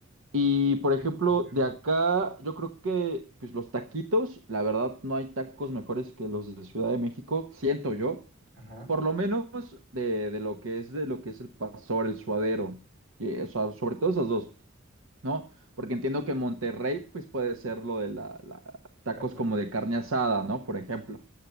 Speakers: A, on the right; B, on the right.
A: Y por ejemplo,
B: Sí, definitivamente.
A: de acá, yo creo que pues los taquitos, la verdad, no hay tacos mejores que los de Ciudad de México, siento yo.
B: Ajá,
A: Por lo menos de, de lo que es de lo que es el pastor, el suadero. y, o sea, sobre todo esas dos. ¿no? Porque entiendo que en Monterrey, pues puede ser lo de la, la- tacos
B: Carmen.
A: como de carne asada, ¿no? Por ejemplo.